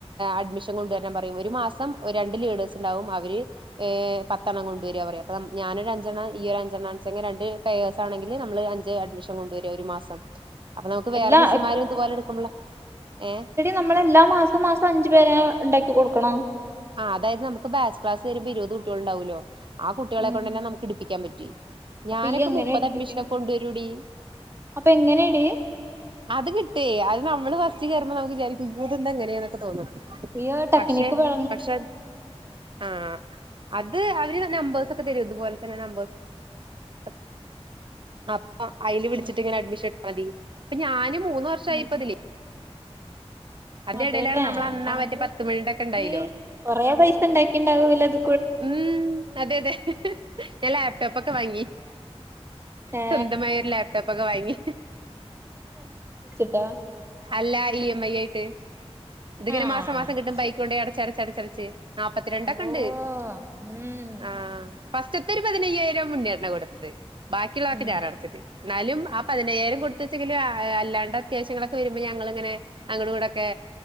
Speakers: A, on the right; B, on the right.
A: അഡ്മിഷ ൻ കൊണ്ടുവരാൻ പറയും ഒരു മാസം ഒര് രണ്ട് ലീഡേഴ്സ് ഇണ്ടാവും അവര് ഏ പത്തെണ്ണം കൊണ്ടുവര പറയാ അപ്പം ഞാനൊരു അഞ്ചെണ്ണം ഈയൊര് അഞ്ചെണ്ണാണെച്ചെങ്കി രണ്ട് പേഴ്സ് ആണെങ്കില് നമ്മള് അഡ്മിഷൻ കൊണ്ടുവര ഒരു മാസം, അപ്പൊ നമുക്ക് വേറെ
B: എല്ലാ
A: മിസ്സുമാരും ഇതുപോലെ ഇടുക്കബള് ഏ
B: നമ്മള് എല്ലാ മാസം മാസം അഞ്ചു പേരെ ഇണ്ടാക്കി കൊടുക്കണൊ?
A: ആഹ് അതായത് നമുക്ക് ബാച്ച് ക്ലാസ് വരുമ്പോ ഇരുപത് കുട്ടിയാളുണ്ടാവുല്ലോ ആ കുട്ടികളെ
B: ഉം
A: കൊണ്ട് തന്നെ നമുക്ക് ഇടിപ്പിക്കാൻ പറ്റുവേ ഞാനൊക്കെ
B: അപ്പൊ ഈ എങ്ങനെ
A: മുപ്പത്
B: എടുപ്പിക്കണ്
A: അഡ്മിഷനൊക്കെ കൊണ്ടു വരൂടി.
B: അപ്പൊ എങ്ങനെയടി
A: അത് കിട്ടേ അത് നമ്മള് ഫസ്റ്റ് കേറൂമ്പോ വിചാരിക്കു ഇമ്മേ ഇന്തെന്ത ഇങ്ങനേന്നൊക്കെ തോന്നും.
B: യ്യ് ടെക്നിക്ക്
A: പക്ഷെ
B: വേ
A: പക്ഷെ ആ അത് അവര് നമ്പേസ് ഒക്കെ തെരും, ഇതുപോലെ തന്നെ നമ്പേസ് <unintelligible> അപ്പൊ അയില് വിളിച്ചിട്ട്
B: ഉം
A: ഇങ്ങനെ അഡ്മിഷൻ എടുത്താ മതി പ്പൊ ഞാന് മൂന്ന് വർഷായി
B: ഉം
A: പ്പതില്. അതിന്റെ
B: അതെല്ലേ
A: എടേലാണ് നമ്മള് അന്നാ
B: അപ്പൊ അനക്ക്
A: മറ്റേ പത്ത് മണി ടെ ക്കെ ണ്ടായിലോ?.
B: ഈ കൊറേ പൈസ ഉണ്ടാക്കി ഉണ്ടാവൂലോ ഇത്.
A: ഉം അതെ അതെ ഞാൻ ലാപ്ടൊപ്പൊക്കെ വാങ്ങി.
B: ഏ
A: സ്വന്തമായൊരു ലാപ്ടോപ്പൊക്കെ വാങ്ങി.
B: ദാ
A: അല്ല ഇ എം ഐ ആയിട്ട്, ഇതിങ്ങനെ
B: ആ
A: മാസം മാസം കിട്ടും
B: ശരി
A: പൈ കൊണ്ട് അടച്ചടച്ച ടച്ചടച്ച് നാപ്പത്തിരണ്ടൊക്കണ്ട്.
B: ഓ ഉം
A: ആ ഫസ്റ്റിത്തെ ഒരു പതിനയ്യായിരം മുന്നേന്നെ കൊടുത്ത് ബാക്കിയുള്ളതൊക്കെ
B: ഉം
A: ഞാൻ അടച്ചത് ന്നാലും ആ പതിനയ്യായിരം കൊടുത്തൂച്ചെങ്കിലും അല്ലാണ്ട് അത്യാവശ്യങ്ങളൊ ക്കൊ വരുമ്പോ ഞങ്ങളിങ്ങിനെ അങ്ങുടു ങ്ങുടൊക്കെ